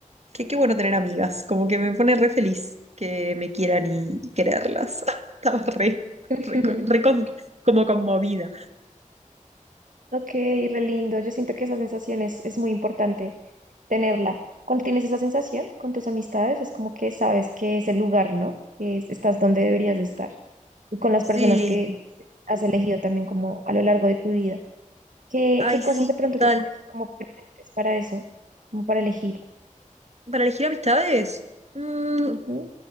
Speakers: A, on the right (about 55°); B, on the right (about 75°).
A: que qué bueno tener amigas, como que me pone re feliz que me quieran y, y quererlas. <laughs> Estaba re,
B: <laughs>
A: re, co- re con- como conmovida.
B: Ok, re lindo. Yo siento que esa sensación es, es muy importante tenerla. Cuando tienes esa sensación con tus amistades, es como que sabes que es el lugar, ¿no? Que es- estás donde deberías de estar. Y con las
A: Sí,
B: personas que has elegido también como a lo largo de tu vida. ¿Qué,
A: ay,
B: qué cosas
A: sí,
B: de pronto
A: total.
B: tú tienes como presentes para eso? Como para elegir.
A: Para elegir amistades, mm,
B: Ujú,